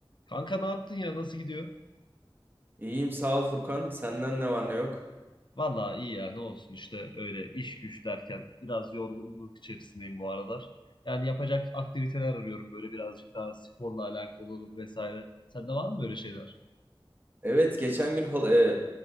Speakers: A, on the left; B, on the right.
A: Kanka ne yaptın ya? Nasıl gidiyor?
B: İyiyim sağ ol Furkan. Senden ne var ne yok?
A: Valla iyi ya ne olsun işte öyle iş güç derken biraz yorgunluk içerisindeyim bu aralar. Yani yapacak aktiviteler arıyorum böyle birazcık daha sporla alakalı olur vesaire. Sende var mı böyle şeyler?
B: Evet geçen gün hal- e,